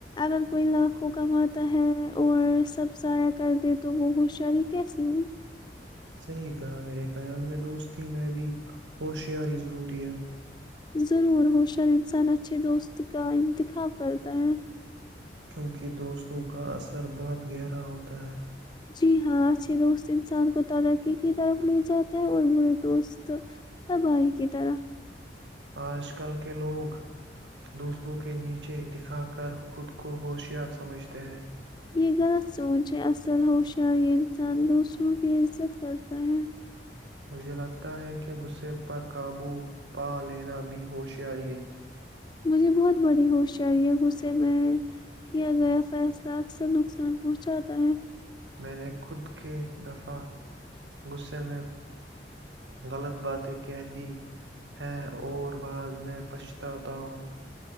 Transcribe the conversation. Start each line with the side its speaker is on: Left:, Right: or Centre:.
Left: اگر کوئی لاکھوں کماتا ہے اور سب ضائع کر دے تو وہ ہوشیاری کیسی ہوئی
Right: صحیح کہا میرے خیال میں دوستی میں بھی ہوشیاری ضروری ہے
Left: ضرور ہوشر انسان اچھے دوست کا انتخاب کرتا ہے
Right: کیونکہ دوستوں کا اثر بہت گہرا ہوتا ہے
Left: جی ہاں اچھے دوست انسان کو ترقی کی طرف لے جاتا ہے اور بھی مے دوست تبی کی طرح
Right: آج کل کے لوگ دوسروں کے نیچے دکھا کر خود کو ہوشیار سمجھتے ہیں
Left: یہ غلط سوچ ہے اصل ہوشیاری انسان دوسروں کی عزت کرتا ہے
Right: مجھے لگتا ہے کہ غصے پر قابو پا لینا بھی ہوشیاری ہے
Left: مجھے بہت بڑی ہوشیاری ہے غصے میں کیا گیا فیصلہ اکثر نقصان پہنچاتا ہے
Right: میں نے خود کے دفع غصے میں غلط باتیں کہہ دی ہیں اور بعد میں پچھتاتا ہوں